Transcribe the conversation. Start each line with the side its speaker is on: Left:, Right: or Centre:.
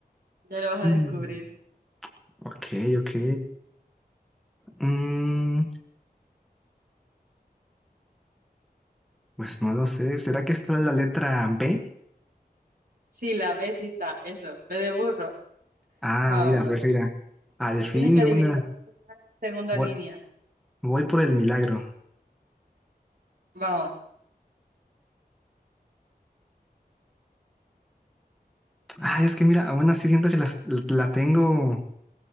Right: ya lo vas a
Centre: Mm,
Right: descubrir.
Centre: Ok, ok. Mm, Pues no lo sé. ¿Será que está la letra B?
Right: Sí, la ves y está, eso, ve de burro.
Centre: Ah,
Right: Vamos,
Centre: mira,
Right: vamos.
Centre: pues mira. Al fin
Right: Tienes que adivinar
Centre: una.
Right: la segunda
Centre: Voy,
Right: línea.
Centre: voy por el milagro.
Right: Vamos.
Centre: Ay, es que mira, aún así siento que las- la, tengo.